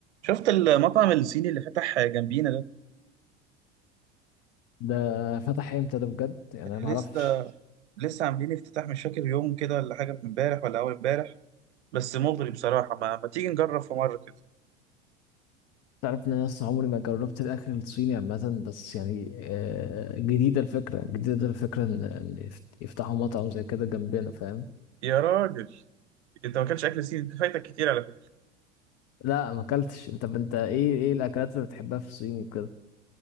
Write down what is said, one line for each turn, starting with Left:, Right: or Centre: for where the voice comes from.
Right: شفت المطعم الصيني اللي فتح جنبينا ده
Left: ده فتح امتى ده بجد يعني انا ما
Right: لسه
Left: اعرفش
Right: لسه عاملين افتتاح مش فاكر يوم كده ولا حاجه من امبارح ولا اول امبارح بس مغري بصراحه ما, ما تيجي نجرب في مره كده
Left: تعرف ان انا لسه عمري ما جربت الاكل الصيني عامه بس يعني آه، جديده الفكره جديده الفكره ان إن يفت- يفتحوا مطعم زي كده جنبنا فاهم
Right: يا راجل انت ما اكلتش اكل صيني انت فايتك كتير على فكره
Left: لا ما اكلتش انت انت ايه ايه الاكلات اللي بتحبها في الصين وكده